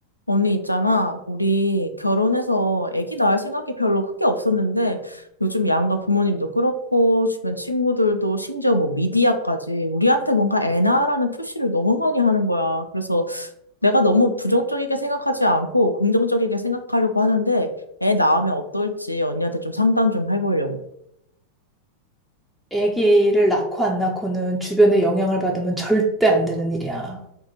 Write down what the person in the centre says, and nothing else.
아기를 낳고 안 낳고는 주변의 영향을 받으면 절대 안 되는 일이야.